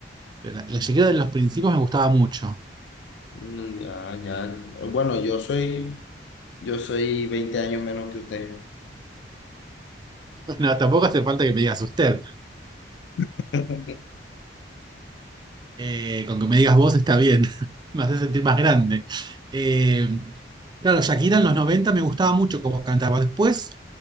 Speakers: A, on the right (about 25°); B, on the left (about 70°).
A: Pero la, la Shakira de los principios me gustaba mucho. <laughs>
B: no, ya, ya. Bueno, yo soy, yo soy 20 años menos que usted.
A: No tampoco hace falta que me digas usted.
B: <laughs>
A: Eh, con que me digas vos está bien. <laughs> Me hace sentir más grande. Eh, claro, Shakira en los 90 me gustaba mucho cómo cantaba. Después,